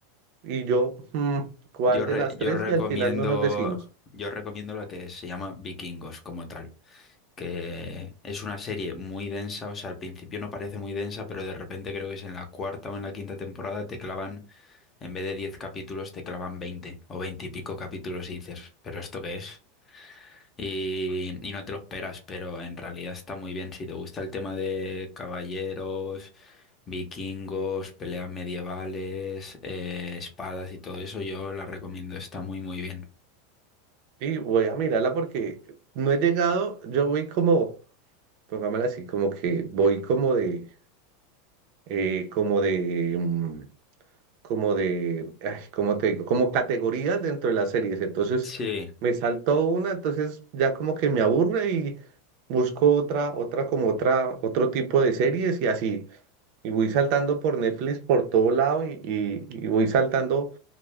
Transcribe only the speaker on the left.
Yo,
re-
yo
recomiendo,
yo recomiendo la que se llama Vikingos como tal, que es una serie muy densa, o sea, al principio no parece muy densa, pero de repente creo que es en la cuarta o en la quinta temporada te clavan, en vez de 10 capítulos, te clavan 20 o 20 y pico capítulos y dices, ¿pero esto qué es? y, y no te lo esperas, pero en realidad está muy bien. Si te gusta el tema de caballeros, vikingos, peleas medievales, eh, espadas y todo eso, yo la recomiendo. Está muy, muy bien.
Sí.